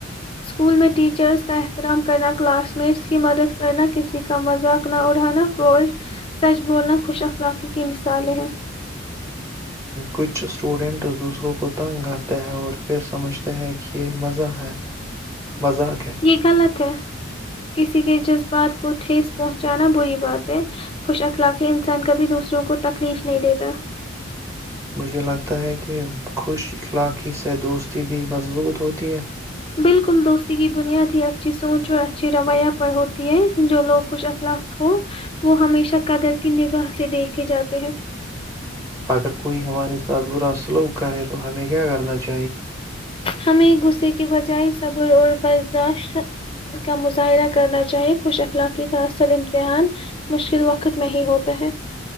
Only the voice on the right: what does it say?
کچھ اسٹوڈنٹس دوسروں کو تنگ کرتے ہیں اور پھر سمجھتے ہیں کہ یہ مزہ ہے مذاق ہے
مجھے لگتا ہے کہ خوش اخلاقی سے دوستی بھی مضبوط ہوتی ہے
اگر کوئی ہمارے ساتھ برا سلوک کرے تو ہمیں کیا کرنا چاہیے